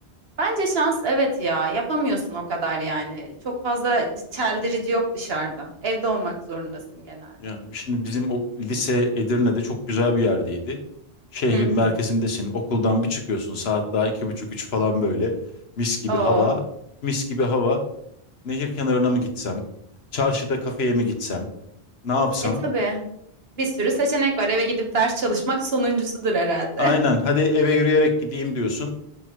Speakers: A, on the right; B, on the left.
A: Bence şans evet ya yapamıyorsun o kadar yani. Çok fazla c- çeldirici yok dışarıda. Evde olmak zorundasın genelde.
B: Yani şimdi bizim o lise Edirne'de çok güzel bir yerdeydi. Şehrin
A: Hı hı.
B: merkezindesin, okuldan bir çıkıyorsun saat daha iki buçuk üç falan böyle. Mis gibi
A: Oo.
B: hava, mis gibi hava. Nehir kenarına mı gitsem, çarşıda kafeye mi gitsem, ne yapsam?
A: E tabii. Bir sürü seçenek var. Eve gidip ders çalışmak sonuncusudur herhalde.
B: Aynen hadi eve yürüyerek gideyim diyorsun.